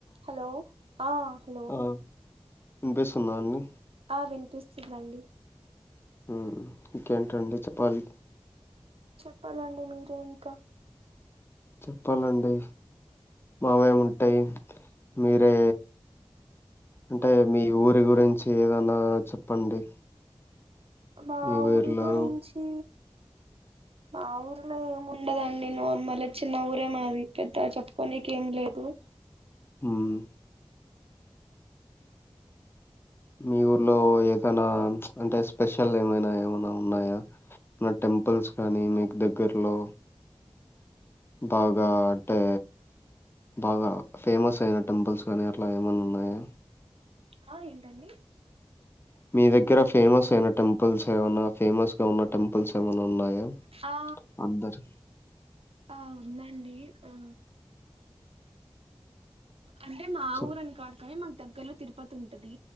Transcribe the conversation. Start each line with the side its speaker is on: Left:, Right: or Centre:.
Right: Hello, ఆ hello.
Left: ఆ వినిపిస్తుందా, అండి.
Right: ఆ వినిపిస్తుందండి.
Left: ఉమ్, ఇంకేంటండీ, చెప్పాలి.
Right: చెప్పాలండి, మీరె ఇంకా.
Left: చెప్పాలండి. మామేముంటాయ్. మిరే అంటే మీ ఊరి గురించి ఏదన్నా చెప్పండి
Right: మా
Left: మీ ఊర్లో
Right: ఊరి గురించీ మా ఊర్లొ ఏమి ఉండదండి నార్మల్ చిన్న ఊరే మాది పెద్ద చెప్ పోనీకేం లేదు
Left: మ్మ్ మీ ఊర్లో ఏదనా అంటే స్పెషల్ ఏమైనా ఏమైనా ఉన్నాయా ఏమైన టెంపుల్స్ కానీ మీకు దగ్గరలో బాగా అంటే బాగా ఫేమస్ అయిన టెంపుల్స్ కనీ అట్ల ఏమైనా ఉన్నాయా
Right: అ ఏంటండి
Left: మీ దగ్ ఇక్కర ఫేమస్ అయిన టెంపుల్స్ ఏమన్నా ఫేమస్ గా ఉన్న టెంపుల్స్ ఏమన ఉన్నాయ
Right: ఆ
Left: అందరు
Right: ఆ ఉందండి ఆ అంటే మా
Left: చెప్
Right: ఊరని కాదు కాని మాకు దగ్గర్ లో తిరుపతి ఉంటది